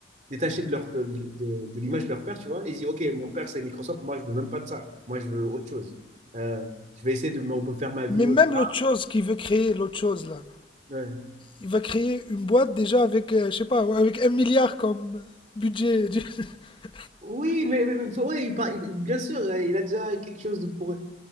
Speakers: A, on the right; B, on the left.
A: détacher de, leur, de, de- de l'image de leur père, tu vois. Ils disent, OK, mon père, c'est Microsoft, moi, je veux même pas de ça. Moi, je veux autre chose. Euh, je vais essayer de me refaire ma vie
B: Mais
A: autre
B: même
A: part.
B: l'autre chose qu'il veut créer, l'autre chose là.
A: Ouais.
B: Il va créer une boîte déjà avec, euh, je sais pas, ouais, avec un milliard comme budget. du- <laughs>
A: Oui, mais, mais, mais Fauré, il par- il- bien sûr, euh, il a déjà quelque chose de pour. euh,